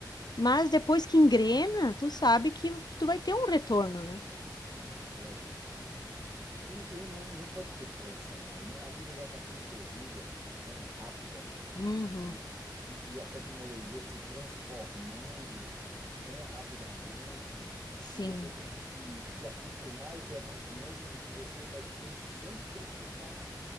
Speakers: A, on the left; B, on the right.
A: Mas depois que engrena, tu sabe que tu vai ter um retorno, né?
B: é. E, e- e não, não pode ter pressa mais, né? A vida já está tão corrida, tão rápida,
A: Uhum,
B: e, e, e a tecnologia se transformando tão rapidamente
A: sim.
B: que você tem que se acostumar e ter a consciência de que você vai ter sempre que estar